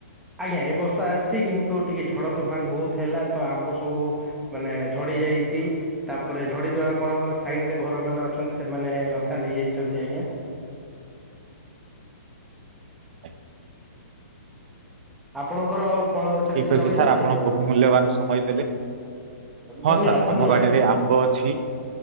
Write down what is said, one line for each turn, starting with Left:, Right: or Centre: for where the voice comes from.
Centre: ଆଜ୍ଞା ଏ ବର୍ଷ ଆସିଛି କିନ୍ତୁ ଟିକେ ଝଡ ତୋଫାନ ବହୁତ ହେଲା ତ ଆମ୍ବ ସବୁ ମାନେ ଝଡି ଯାଇଛି ତାପରେ ଝଡିଦବା କଣ କଣ ସାଇଡରେ ଘର ମାନ ଅଛନ୍ତି ସେମାନେ ଅଧା ନେଇଯାଇଛନ୍ତି ଆଜ୍ଞା।
Right: ଆଜ୍ଞା
Centre: ଆପଣଙ୍କର ଫଳ ଗଛ
Right: ଠିକ
Centre: କିଛି
Right: ଅଛି
Centre: ଲଗେଇଛନ୍ତି
Right: ସାର୍ ଆପଣ
Centre: ଆଜ୍ଞା
Right: ବହୁ
Centre: ଘରେ?
Right: ମୂଲ୍ୟବାନ ସମୟ ଦେଲେ ହଁ
Centre: ଧନ୍ୟବାଦ
Right: ସାର୍
Centre: ଧନ୍ୟବାଦ
Right: ଆମ ବାଡିରେ
Centre: ଆଜ୍ଞା
Right: ଆମ୍ବ ଅଛି